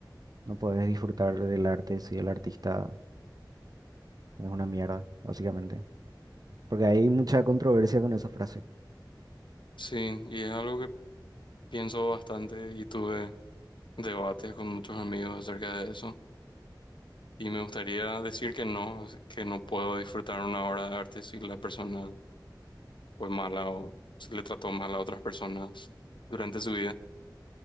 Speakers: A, on the right (about 55°); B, on the left (about 80°).
A: no podés disfrutar del arte si el artista es una mierda, básicamente. Porque hay mucha controversia con esa frase.
B: Sí, y es algo que pienso bastante y tuve debates con muchos amigos acerca de eso Y me gustaría decir que no, que no puedo disfrutar una obra de arte si la persona fue mala o si le trató mal a otras personas durante su vida,